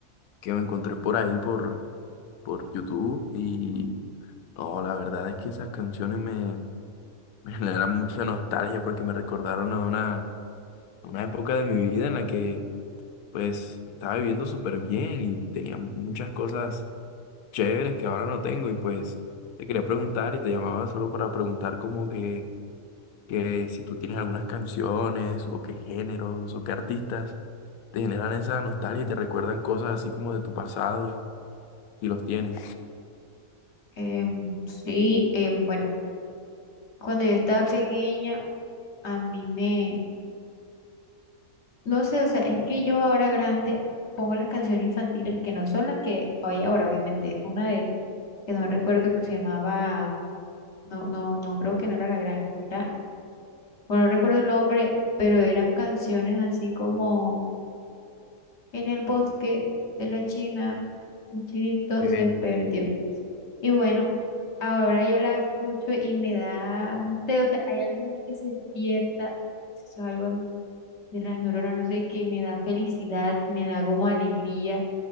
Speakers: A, on the left (about 75°); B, on the left (about 55°).
A: que me encontré por ahí por, por YouTube y no, la verdad es que esas canciones me, <laughs> me generan mucha nostalgia porque me recordaron a una, a una época de mi vida en la que pues estaba viviendo súper bien y tenía muchas cosas chéveres que ahora no tengo y pues te quería preguntar y te llamaba solo para preguntar como que... que si tú tienes algunas canciones o qué géneros o qué artistas te generan esa nostalgia y te recuerdan cosas así como de tu pasado, si los tienes.
B: Em, sí, em, bueno, cuando yo estaba pequeña, a mí me, no sé, o sea, es que yo ahora grande pongo las canciones infantiles que no son las que hoy ahora, obviamente, es una de, que no recuerdo que se llamaba, no, no, no creo que no era La Granja, era, bueno, no recuerdo el nombre, pero eran canciones así como en el bosque de la China, el chinito
A: Ok,
B: se perdió.
A: ok,
B: Y bueno, ahora yo la escucho y me da, no sé, o sea, hay algo en mí que se despierta, eso es algo de las neuronas, no sé, que me da felicidad, me da como alegría